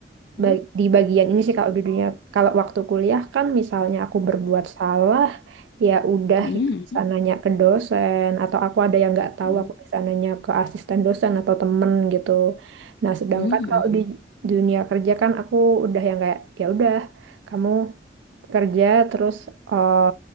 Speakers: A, on the right; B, on the left.
A: ba-
B: mm,
A: di bagian ini sih kalau di dunia kalau waktu kuliah kan misalnya aku berbuat salah ya udah
B: mm, mm,
A: gitu
B: mm,
A: bisa
B: mm,
A: nanya ke dosen atau aku ada yang nggak tahu
B: mm,
A: aku bisa nanya ke asisten dosen atau temen gitu. Nah
B: mm,
A: sedangkan
B: mm,
A: kalau
B: mm.
A: di dunia kerja kan aku udah yang kayak ya udah kamu kerja terus eh,